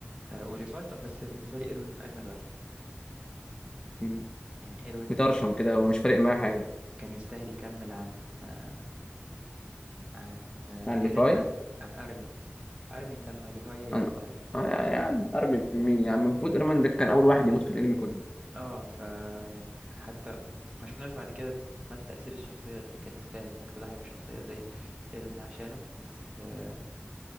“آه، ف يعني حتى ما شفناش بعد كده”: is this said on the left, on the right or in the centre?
Right